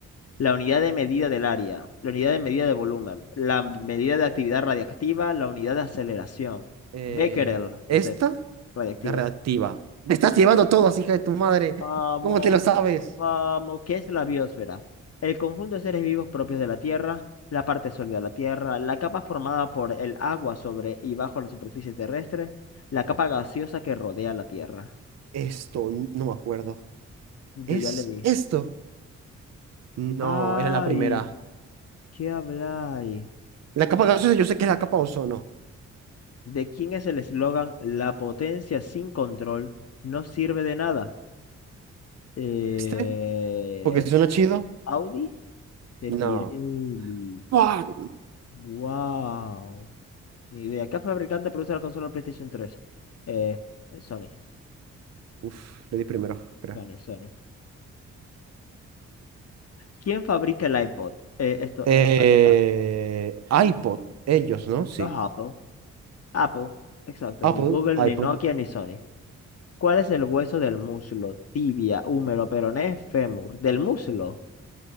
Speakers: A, on the left (about 50°); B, on the right (about 55°).
A: la unidad de medida del área, la unidad de medida de volumen, la medida de actividad radiactiva, la unidad de aceleración.
B: Eh,
A: Becquerel, no
B: esta
A: sé, radiactiva.
B: de reactiva. Me estás llevando todo, hija de tu madre.
A: Vamos,
B: ¿Cómo te lo sabes?
A: vamos, ¿qué es la biosfera? El conjunto de seres vivos propios de la Tierra, la parte sólida de la Tierra, la capa formada por el agua sobre y bajo la superficie terrestre, la capa gaseosa que rodea la Tierra.
B: Esto, n- no me acuerdo.
A: Yo
B: ¿Es
A: ya le dije.
B: esto? No,
A: Ay,
B: era la primera.
A: ¿qué habláis?
B: La capa gaseosa, yo sé que es la capa ozono.
A: ¿De quién es el eslogan La potencia sin control no sirve de nada? Eh,
B: ¿Este? Porque suena chido.
A: Audi de
B: No.
A: Pirelli.
B: Fuck.
A: Wow. Ni idea. ¿Qué fabricante produce la consola PlayStation 3? Eh, Sony,
B: Uf, le di primero, creo.
A: Sony, Sony. ¿Quién fabrica el iPod? Eh, esto,
B: Eh,
A: eh, aquí está.
B: iPod, ellos, ¿no? Sí.
A: Los Apple. Apple. Exacto.
B: Apple,
A: Ni Google,
B: iPod.
A: ni Nokia, ni Sony. ¿Cuál es el hueso del muslo? Tibia, húmero, peroné, fémur. ¿Del muslo?